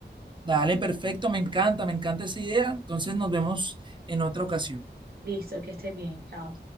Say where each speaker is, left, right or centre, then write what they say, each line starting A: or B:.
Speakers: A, on the right (about 25°); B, on the right (about 55°).
A: Dale, perfecto, me encanta, me encanta esa idea. Entonces nos vemos en otra ocasión.
B: Listo, que estés bien, chao.